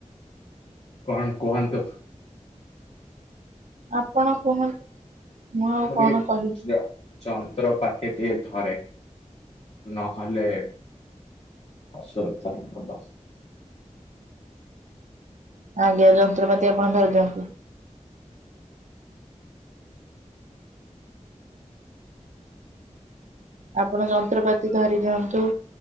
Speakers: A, on the left; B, on the right.
A: କଣ କୁହନ୍ତ କେ
B: ଆପଣ କୁହନ୍ତୁ ମୁଁ ଆଉ
A: ମୋ
B: କଣ
A: ଟିକେ
B: କହିବି?
A: ଜିଆ ଯନ୍ତ୍ରପାତି ଟଏ ଧରେ ନହେଲେ ଆସିର୍ଥ ଆବାସ
B: ଆଜ୍ଞା ଯନ୍ତ୍ରପାତି ଆପଣ ଧରି ଦିଅନ୍ତୁ ଆପଣ ଯନ୍ତ୍ରପାତି ଧରି ଦିଅନ୍ତୁ